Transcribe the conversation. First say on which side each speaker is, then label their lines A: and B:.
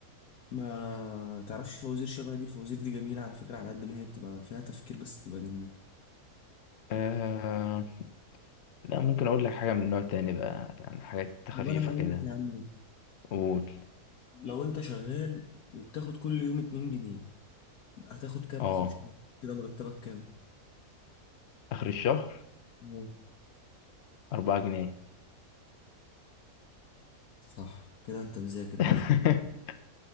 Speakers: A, on the left (about 75°); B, on the left (about 60°).
A: ما تعرفش فوازير شبه دي الفوازير دي جميلة على فكرة على قد ما هي بتبقى فيها تفكير بس بتبقى جميلة
B: آه... لا ممكن اقول لك حاجه من نوع تاني بقى يعني حاجات خفيفه
A: طب أنا هقول
B: كده
A: لك يا عم واحد.
B: قول
A: لو أنت شغال وبتاخد كل يوم 2 جنيه هتاخد كام
B: اه
A: آخر الشهر كده مرتبك كام؟
B: اخر الشهر
A: مم.
B: أربعة جنيه
A: صح كده أنت مذاكر برضه
B: <laughs>